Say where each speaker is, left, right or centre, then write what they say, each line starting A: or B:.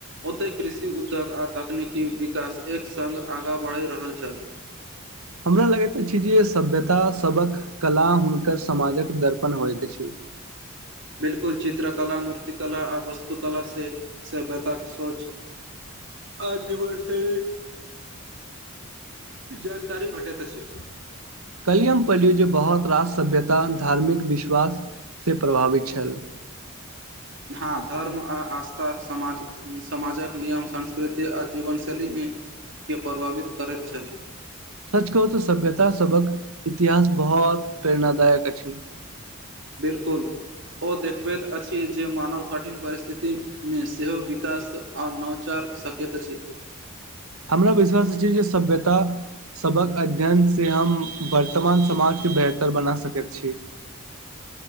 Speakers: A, on the right; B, on the right.
A: ओतहि कृषि उद्योग आ तकनीकी विकास एक संग आगाँ बढ़ि रहल छल।
B: हमरा लगैत छै जे सभ्यता सबक कला हुनकर समाजक दर्पण होइत के छै
A: बिलकुल चित्रकला मूर्ति कला आ वस्तु कला से सभ्यतााक सोच आज वर्षा एक जानकारी भटैत अछि
B: काल्हि हम पढ़लियौ जे बहुत रास सभ्यता धार्मिक विश्वास से प्रभावित छल
A: हाँ धर्म आ आस्था समाज समाजक नियम संस्कृति आ जीवन शैलीमे के प्रभावित करैत छल
B: सच कह तऽ सभ्यता सबक इतिहास बहुत प्रेरणादायक अछि
A: बिलकुल ओ देखबैत अछि जे मानव कठिन परिस्थिति मे सेहो विकास आ नवचार सकैत अछि
B: हमरा विश्वास छै जे सभ्यता सभक अध्ययन से हम वर्तमान समाज के बेहतर बना सकै छी